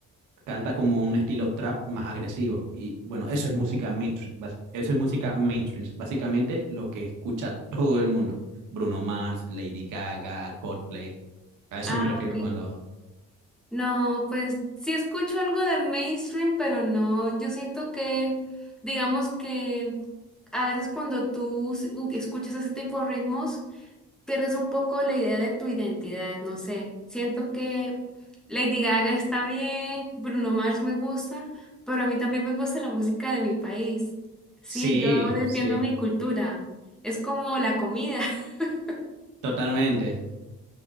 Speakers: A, on the right (about 85°); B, in the centre.
A: Canta como un estilo trap más agresivo. Y bueno, eso es música mainstream. bas- Eso es música mainstream. Básicamente lo que escucha todo el mundo. Bruno Mars, Lady Gaga, Coldplay. A eso
B: Ah,
A: me refiero
B: ok.
A: cuando...
B: No, pues sí escucho algo de mainstream, pero no, yo siento que, digamos que a veces cuando tú s- u- escuchas ese tipo de ritmos, pierdes un poco la idea de tu identidad, no sé. Siento que Lady Gaga está bien, Bruno Mars me gusta, pero a mí también me gusta la música de mi país. Sí,
A: Sí,
B: yo defiendo
A: sí,
B: mi cultura. Es como la comida. <laughs>
A: totalmente.